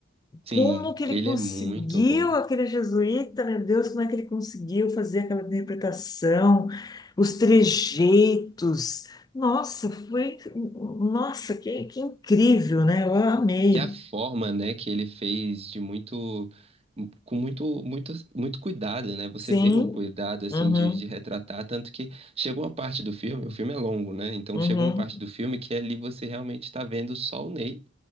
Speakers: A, on the right; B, on the left.
A: Sim,
B: Como que ele
A: ele
B: conseguiu,
A: é muito bom.
B: aquele jesuíta, meu Deus, como é que ele conseguiu fazer aquela interpretação, os trejeitos? Nossa, foi, nossa, que, que incrível, né? Eu amei.
A: E a forma, né, que ele fez de muito, hum, com muito, muito, muito cuidado, né? Você
B: Sim,
A: vê o cuidado, assim,
B: uhum,
A: de, de retratar, tanto que chega uma parte do filme, o filme é longo, né? Então
B: uhum.
A: chega uma parte do filme que ali você realmente está vendo só o Ney,